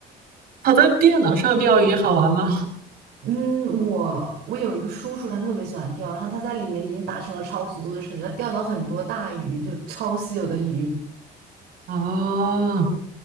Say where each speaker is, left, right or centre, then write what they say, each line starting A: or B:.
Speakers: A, on the right; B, on the right.
A: 跑到电脑上钓鱼好玩吗？
B: 嗯，我我有一个叔叔，他特别喜欢钓，然后他在里面已经达成了超级多的成就，他钓到很多大鱼，就超稀有的鱼。
A: 哦，